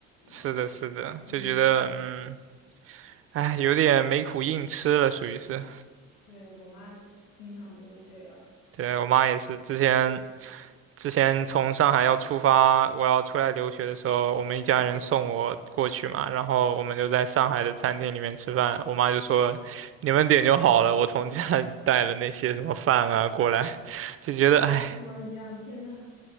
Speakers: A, on the right (about 35°); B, on the left (about 70°).
A: 是的，
B: 啊，
A: 是的，就觉得嗯，
B: 嗯，
A: 哎，有点没苦硬吃了，属于是。
B: 对，我妈经常就会这样，
A: 对，我妈也是，之前之前从上海要出发，我要出来留学的时候，我们一家人送我过去嘛，然后我们就在上海的餐厅里面吃饭，我妈就说你们点就好了，我从家里带了那些什么饭啊过来，<laughs> 就觉得哎，
B: 天呐，
A: 唉
B: 一模一样，天呐。